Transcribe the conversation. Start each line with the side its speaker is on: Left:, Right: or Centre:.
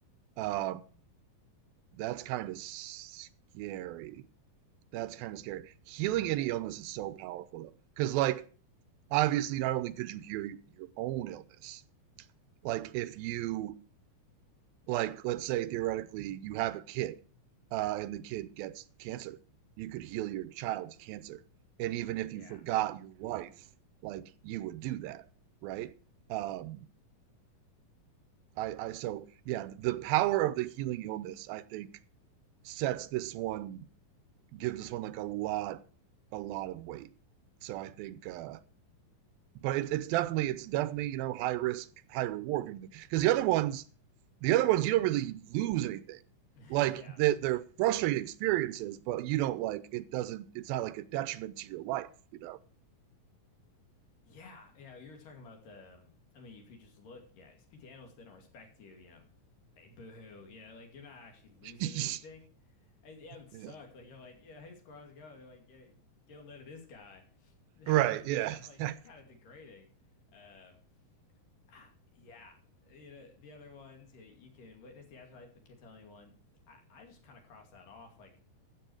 Right: Um, that's kind of scary. That's kind of scary. Healing any illness is so powerful though, because like obviously not only could you heal your own illness, like if you like let's say theoretically you have a kid, uh, and the kid gets cancer, you could heal your child's cancer, and even if
Left: Yeah.
Right: you forgot your wife, like you would do that, right? Um, I I so yeah, the power of the healing illness I think sets this one gives this one like a lot, a lot of weight. So I think, uh, but it's it's definitely it's definitely you know high risk, high reward kind of thing. Because the other ones, the other ones you don't really lose anything.
Left: <laughs>
Right: Like
Left: Yeah.
Right: they're, they're frustrating experiences, but you don't like it doesn't. It's not like a detriment to your life, you know.
Left: Yeah. Yeah. You were talking about the, um, I mean, if you just look, yeah, you speak to animals, they don't respect you, you know, hey, boo-hoo, you know, like you're not actually losing
Right: <laughs>
Left: anything. And, yeah, it would suck.
Right: Yeah.
Left: Like you're like, yeah, hey, squirrel, how's it going? They're like, get get a load of this guy. <laughs> Like,
Right: Right. Yeah.
Left: yeah,
Right: Exactly.
Left: like kind of degrading. Um, ah, yeah. You know, the other ones, you, you can witness the afterlife, but can't tell anyone. I, I just kind of cross that off. Like,